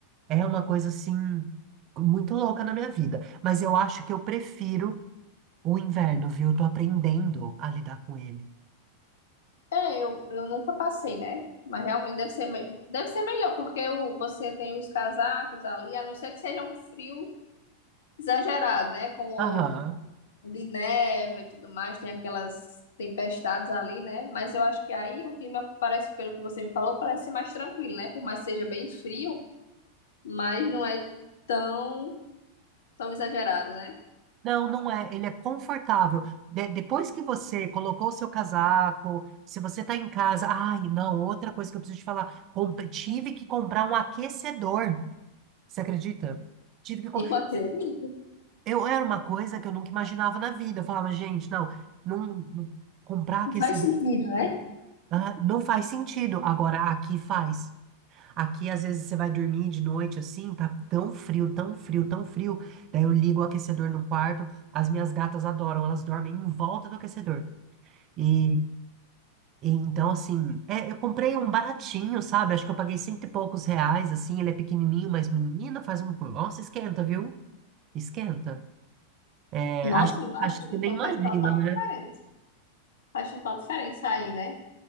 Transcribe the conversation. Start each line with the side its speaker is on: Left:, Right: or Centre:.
Right: é uma coisa assim, muito louca na minha vida. Mas eu acho que eu prefiro o inverno, viu? Eu tô aprendendo a lidar com ele.
Left: É, eu, eu nunca passei, né? Mas realmente deve ser, me- deve ser melhor, porque o, você tem os casacos ali, a não ser que seja um frio exagerado, né? Como
Right: Aham.
Left: onde neva e tudo mais, tem aquelas tempestades ali, né? Mas eu acho que aí o clima parece, pelo que você me falou, parece ser mais tranquilo, né? Por mais que seja bem frio, mas não é tão, tão exagerado, né?
Right: Não, não é. Ele é confortável. De- depois que você colocou o seu casaco, se você tá em casa, ai, não, outra coisa que eu preciso te falar, comp- tive que comprar um aquecedor. Você acredita? Tive que comprar.
Left: E eu acredito.
Right: Eu era uma coisa que eu nunca imaginava na vida. Eu falava, gente, não, não, não- comprar aquecedor,
Left: Faz sentido, né?
Right: ah, não faz sentido. Agora aqui faz. Aqui, às vezes, você vai dormir de noite assim, tá tão frio, tão frio, tão frio. Daí eu ligo o aquecedor no quarto. As minhas gatas adoram, elas dormem em volta do aquecedor. E, e então, assim, é, eu comprei um baratinho, sabe? Acho que eu paguei cento e poucos reais, assim. Ele é pequenininho, mas menina, faz um. Nossa, esquenta, viu? Esquenta. É,
Left: Nossa,
Right: acho,
Left: imagina,
Right: acho que você
Left: então
Right: nem imagina,
Left: faz total
Right: né?
Left: diferença. Faz total diferença aí, né?